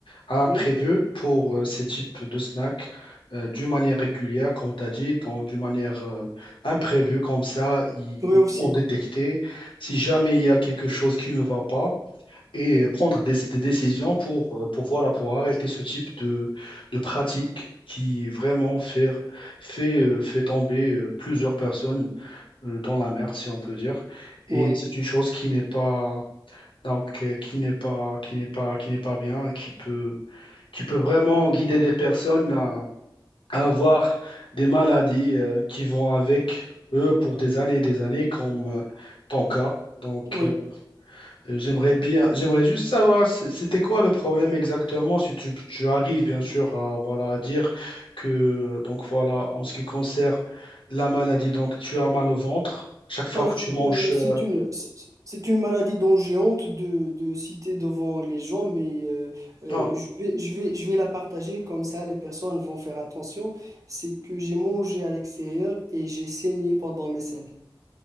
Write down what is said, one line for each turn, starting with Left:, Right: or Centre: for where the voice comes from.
Left: à l'imprévu
Right: Oui,
Left: pour euh, ces types de snacks euh, d'une manière régulière, comme tu as dit, donc d'une manière euh, imprévue, comme ça, ils,
Right: oui aussi.
Left: ils vont détecter si jamais il y a quelque chose qui ne va pas et euh, prendre des, des décisions pour, euh, pour, voilà, pour arrêter ce type de, de pratique qui vraiment fait, fait, euh, fait tomber euh, plusieurs personnes euh, dans la merde, si on peut dire. Et
Right: Oui,
Left: c'est une chose qui n'est pas donc euh, qui n'est pas, qui n'est pas, qui n'est pas bien, et qui peut, qui peut vraiment guider des personnes à, à avoir des maladies euh, qui vont avec eux pour des années et des années, comme euh, ton cas. Donc,
Right: oui.
Left: euh, j'aimerais bien, j'aimerais juste savoir, c- c'était quoi le problème exactement, si tu, tu arrives bien sûr à, voilà, à dire que, donc voilà, en ce qui concerne la maladie, donc tu as mal au ventre chaque fois
Right: Ah,
Left: que tu manges.
Right: euh, c'est
Left: euh,
Right: une, c'est c'est une maladie dont j'ai honte de, de citer devant les gens, mais euh, euh,
Left: non.
Right: je vais, je vais, je vais la partager comme ça les personnes vont faire attention. C'est que j'ai mangé à l'extérieur et j'ai saigné pendant mes selles.